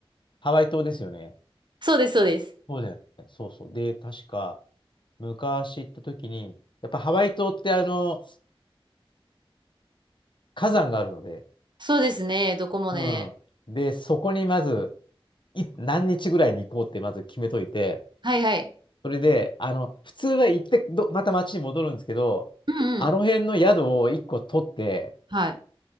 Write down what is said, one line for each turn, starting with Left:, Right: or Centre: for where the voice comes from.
Left: ハワイ島ですよね。
Right: そうです、そうです。
Left: そうだよね。そうそう。で、確か、昔行った時に、やっぱハワイ島ってあの、火山があるので、
Right: そうですね、どこもね。
Left: うん。で、そこにまず、い、何日ぐらいに行こうってまず決めといて、
Right: はいはい。
Left: それで、あの、普通は行ってど、また町に戻るんですけど、
Right: うんうん。
Left: あの辺の宿を1個取って、
Right: はい。